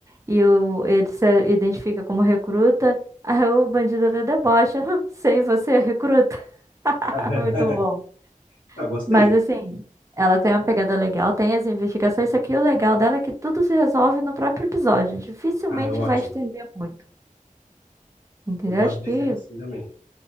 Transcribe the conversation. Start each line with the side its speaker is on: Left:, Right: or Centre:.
Right: e o, ele se identifica como recruta. Aí o bandido até debocha. "Hã, Sei, você é recruta. <laughs>
Left: <laughs>
Right: Muito bom.
Left: Ah, gostei.
Right: Mas assim, ela tem uma pegada legal, tem as investigações, só que o legal dela é que tudo se resolve no próprio episódio. Dificilmente
Left: Ah, é ótimo.
Right: vai estender muito. Entendeu?
Left: Eu gosto
Right: Acho
Left: de
Right: que
Left: ver série assim também.